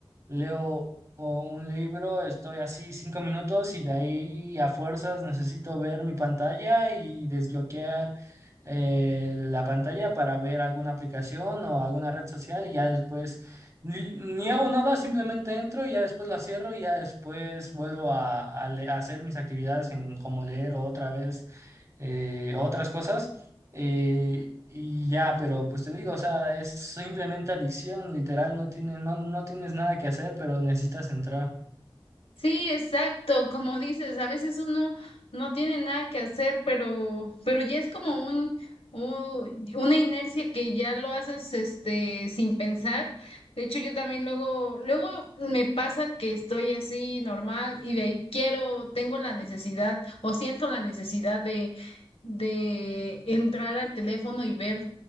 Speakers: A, on the right; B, on the left.
A: Leo un libro, estoy así cinco minutos y de ahí a fuerzas necesito ver mi pantalla y desbloquear eh, la pantalla para ver alguna aplicación o alguna red social y ya después ni, ni hago nada, simplemente entro y ya después la cierro y ya después vuelvo a, a le- a hacer mis actividades en como leer o otra vez eh, otras cosas. eh, y ya, pero pues te digo, o sea, es simplemente adicción, literal, no tiene, no, no tienes nada que hacer, pero necesitas entrar.
B: Sí, exacto, como dices, a veces uno no tiene nada que hacer, pero, pero ya es como un, un- una inercia que ya lo haces este sin pensar. De hecho, yo también luego, luego me pasa que estoy así normal y de ahí quiero, tengo la necesidad o siento la necesidad de, de entrar al teléfono y ver